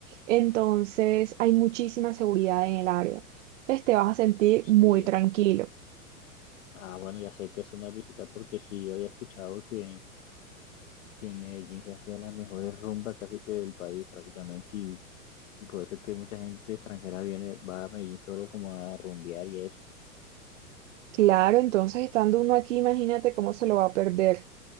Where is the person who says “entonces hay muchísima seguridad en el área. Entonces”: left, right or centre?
Right